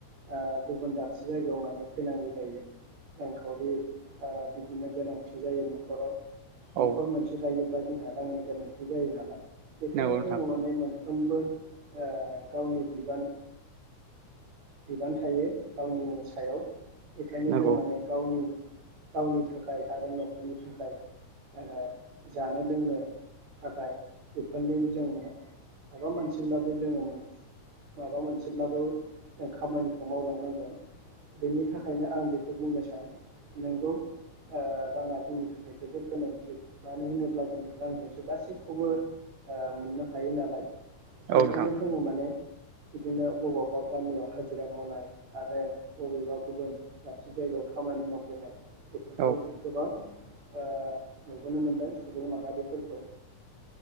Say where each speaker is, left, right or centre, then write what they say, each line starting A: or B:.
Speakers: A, on the right (about 60°); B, on the right (about 80°).
A: ओ गुबुन दाबसे जायगायाव माने फैनांगौ जायो रांखावरि ओ बिदिनो गोनांथि जायो न'खराव
B: औ
A: न'खर मोनसे दायोब्ला। जोंहा रांनि गोनांथि जायो नालाय बेखायनो
B: नंगौ
A: जोङो
B: नोंथां
A: माने मोन। ओमबो ओ गावनि बिबान बिबान थायो गावनि सायाव बेखायनो
B: नंगौ
A: जों माने गावनि गावनि थाखाय आरो न'खरनि थाखाय ओ जानो लोंनो थाखाय बेफोरनि जों माबा मोनसेब्लाबो जोङो माबा मोनसेब्लाबो जों खामानिखौ मावलांनांगोन बेनि थाखायनो आं बेखौ बुंनो सानो नोंगौ ओ राङा जोंनि थाखाय जोबोर गोनांथि मानो होनोब्ला जों रांजोंसो गासैखौबो ओ मोननो हायो नालाय बेखायनो
B: औ नोंथां
A: जोङो माने बिदिनो बबावबा गामियाव हाजिरा मावनाय आरो बबेबा गुबुन दाबसे जायगायाव खामानि मावफैनाय बेफोरफोरखौजि
B: औ
A: गोबां आ नुबोनो मोनदों सुबुं माहारिफोरखौ